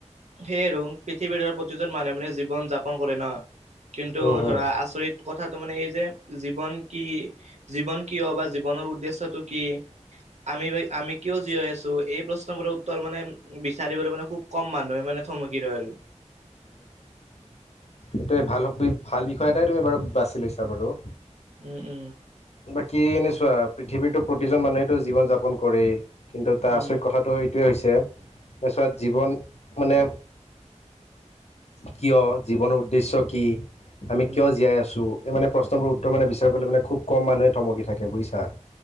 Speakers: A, on the right (about 65°); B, on the left (about 60°).
A: সেয়ে ৰুং পৃথিৱীৰ প্ৰতিজন মানুহ মানে জীৱন যাপন কৰে ন কিন্তু
B: উম
A: ধৰা
B: উম
A: আচৰিত কথাটো মানে এই যে জীৱন কি জীৱন কিয় বা জীৱন ৰ উদ্দেশ্যটো কি আমি আমি কিয় জীয়াই আছো এই প্ৰশ্ন বোৰৰ উত্তৰ মানে বিচাৰিবলৈ মানে খুব কম মানুহে মানে থমকি ৰয় আৰু
B: এইটোৱে ভাল ভাল বিষয় এটাই তুমি বাৰু বাছি লৈছা বাৰু
A: উম উম
B: বাকী এনে চোৱা পৃথিৱীতো প্ৰতিজন মানুহেতো জীৱন যাপন কৰেই। কিন্তু তাৰ
A: উম
B: আচৰিত কথাটো এইটোৱেই হৈছে ম চৰা জীৱন মানে। কিয় জীৱনৰ উদ্দেশ্য কি। আমি
A: উম
B: কিয় জীয়াই আছো এই মানে প্ৰশ্ন বোৰৰ উত্তৰ মানে বিচাৰিবলে মানে খুব। কম মানুহে থমকি থাকে বুজিছা।